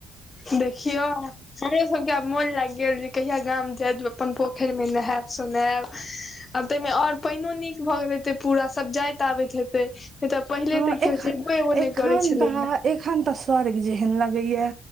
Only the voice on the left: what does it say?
देखियौ <unintelligible> आब मोन लागि गेल जे कहिया गाम जाय जे अपन पोखैर मे नहायब सोनायब आब तइमे और पाइनो नीक भऽ गेल हेतै पूरा सब जाइत आबैत हेतै नइ तऽ पहिले
तऽ केओ
जेबो एबो
नइ करे छलै
हऽ